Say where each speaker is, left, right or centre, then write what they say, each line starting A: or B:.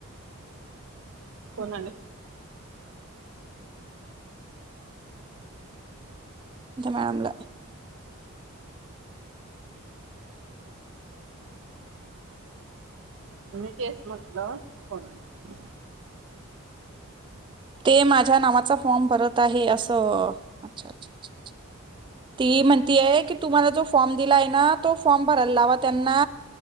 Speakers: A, on the right; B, on the right.
A: प्रणाली
B: त्या मॅडमला
A: तुम्ही तेच म्हटलं कोण आलं
B: ते माझ्या नावाचा फॉर्म भरत आहे असं अच्छा अच्छाच्छच्छ. ती म्हण आहे की तुम्हाला जो फॉर्म दिला आहे ना! तो फॉर्म भरायल लावा त्यांना